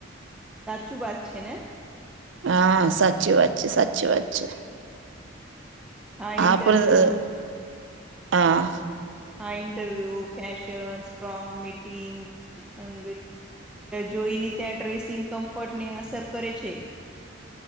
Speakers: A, in the centre; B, on the right (about 70°).
A: સાચુ બાત છે ને?
B: હા સાચી વાત છે સાચી વાત છે.
A: આ
B: હા
A: ઇન્ટરવ્યુ
B: પણ હ.
A: હ ઇન્ટરવ્યુ ફેશન સ્ટ્રોંગ મીટિંગ. અંગ જોઈને ત્યાં ડ્રેસિંગ કમ્ફર્ટને અસર કરે છે.